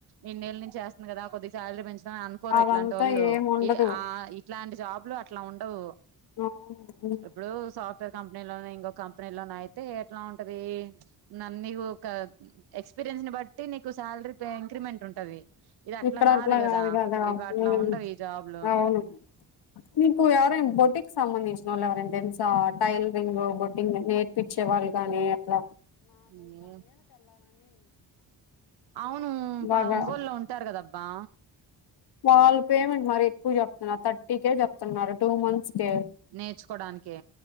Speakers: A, on the right; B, on the left.
A: ఇన్నేళ్ల నుంచి వేస్తుంది కదా కొద్ది సాలరీ పెంచ తా అనుకోరు
B: అదంతా
A: ఇట్లాంటోళ్లు
B: ఏమి ఉండదు
A: ఏ ఆ ఇట్లాంటి జాబ్లు అట్లా ఉండవు
B: అవును మ్
A: ఇప్పుడు సాఫ్ట్వేర్ కంపెనీలోనే ఇంకొక కంపెనీలోన అయితే ఎట్ల ఉంటది నన్నీ ఒక ఎక్స్పీరియన్స్ ని బట్టి నీకు శాలరీ పే ఇంక్రిమెంట్ ఉంటది ఇదట్ల
B: ఇక్కడ
A: కాదు
B: అట్లా
A: కదా ఇవట్ల
B: హ్మ్.
A: ఉండవు ఈ జాబ్లు
B: అవును మీకు ఎవరైనా బోటిక్ సంబంధించి నోల్ ఎవరైనా తెలుసా టైలరింగ్ బోటింగ్ నేర్పిచ్చేవాళ్ళుగానీ అట్ల
A: మ్ అవును ప
B: బాగా
A: ఒంగోలులో ఉంటారు కదా పా
B: వాళ్ళు పేమెంట్ మరి ఎక్కువ చెప్తున్నారు థర్టీ కె చెప్తున్నారు టూ మంత్స్ కే
A: నేర్చుకోడానికి